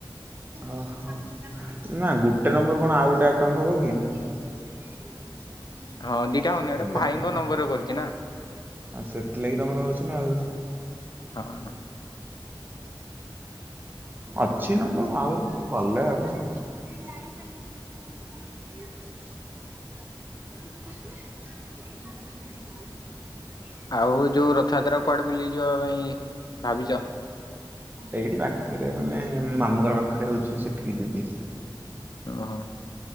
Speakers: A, on the right (about 25°); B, on the left (about 50°).
A: ଓହୋ ନା ଗୁଟେ ନମ୍ବରୁ କଣ ଆଉ ଗୋଟେ ଆକାଉଣ୍ଟ ହବ କି? <unintelligible>
B: ହଁ ଦିଟା ହଉନି
A: ହବନି।
B: ଏଟା ଭାଇଙ୍କ ନମ୍ବରରେ କରିଛି ନା।
A: ଆଉ ସେଥିଲାଗି ତମର ହଉଛି ନା ଆଉ।
B: ହଁ
A: ଅଛି ନବ ଆହୁରି କଲେ ହବ। <unintelligible> <unintelligible>
B: ଆଉ ଯୋଉ ରଥଯାତ୍ରା କୁ କୁଆଡେ ବୁଲି ଯିବା ପାଇଁ ଭାବିଛ?
A: ଏଇଠି ପାଖରେ ମାନେ ମାମୁଁ ଘର ପାଖରେ ହଉଛି ସେଠିକି ଯିବି।
B: ଓହୋ।